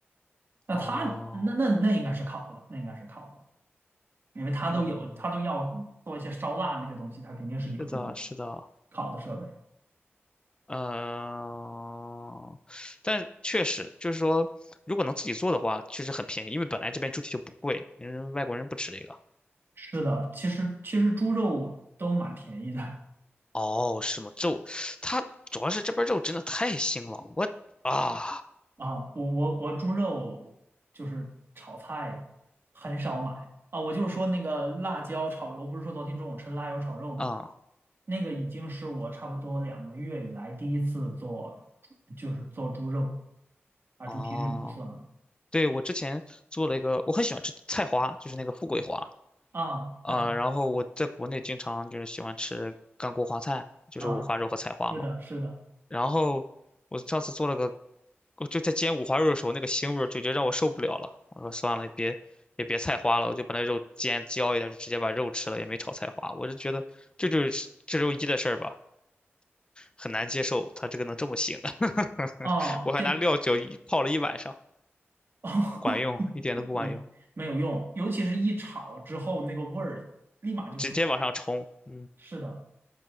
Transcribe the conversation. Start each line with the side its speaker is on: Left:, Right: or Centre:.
Right: 那他那那那应该是烤的，
Left: 哦，
Right: 那应该是烤的，因为他都有，
Left: 嗯，
Right: 他都要做一些烧腊那些东西，他肯定是有这种
Left: 是的，是的，
Right: 烤的设备。
Left: 嗯、但确实就是说，如果能自己做的话，确实很便宜，因为本来这边猪蹄就不贵，因为外国人不吃这个。
Right: 是的，其实其实猪肉都蛮便宜的
Left: 哦，是吗？肉，它主要是这边肉真的太腥了，我啊
Right: 啊。我我我猪肉就是炒菜很少买啊。我就说那个辣椒炒肉，我不是说昨天中午吃辣椒炒肉嘛，
Left: 啊
Right: 那个已经是我差不多两个月以来第一次做，就是做猪肉。啊，
Left: 哦，
Right: 主题是你的所能
Left: 对，我之前做了一个，我很喜欢吃菜花，就是那个富贵花
Right: 啊，
Left: 啊、
Right: 太好了
Left: 呃然后我在国内经常就是喜欢吃干锅花菜，就是五花肉和菜花嘛。
Right: 啊，是的，是的，
Left: 然后我上次做了个，我就在煎五花肉的时候，那个腥味儿就觉得让我受不了了。我说算了，也别也别菜花了，我就把那肉煎焦一点，就直接把肉吃了，也没炒菜花。我就觉得这就是这周一的事儿吧。很难接受它这个能这么腥，<laughs>
Right: 哦，
Left: 我还拿料酒一泡了一晚上，
Right: 这哦，<laughs>
Left: 不管用，一点都不管用，
Right: 没没有用，尤其是一炒之后，那个味儿立马就出来了。
Left: 直接往上冲。嗯
Right: 是的，